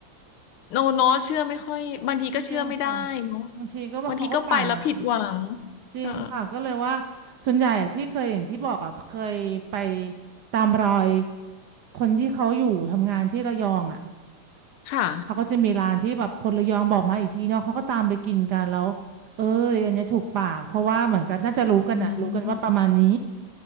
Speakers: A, on the left; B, on the right.
A: โนเนาะเชื่อไม่ค่อยบางทีก็เชื่อไม่ได้เนาะ
B: จริงค่ะบางทีก็ว่าเขาก็ปั่นอ่ะ
A: บางทีก็ไปแล้วผิดหวัง
B: จริงค่ะก็เลยว่า
A: เออ
B: ส่วนใหญ่อะที่เคยอย่างที่บอกอ่ะเคยไปตามรอยคนที่เขาอยู่ทำงานที่ระยองอ่ะ
A: ค่ะ
B: เขาก็จะมีร้านที่แบบคนระยองบอกมาอีกทีเนาะเขาก็ตามไปกินกันแล้วเอ้ยอันเนี้ยถูกปากเพราะว่าเหมือนกันน่าจะรู้กันอะรู้กันว่าประมาณนี้
A: อืม